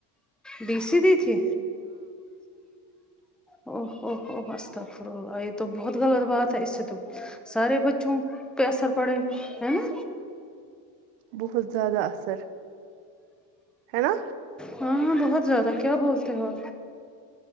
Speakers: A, in the centre; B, on the right.
A: بی سی دی تھی او او او استغفراللہ یہ تو بہت غلط بات ہے اس سے تو سارے بچوں پہ اثر پڑے گا ہے نا
B: بہت زیادہ اثر ہے نا
A: ہاں بہت زیادہ کیا بولتے ہو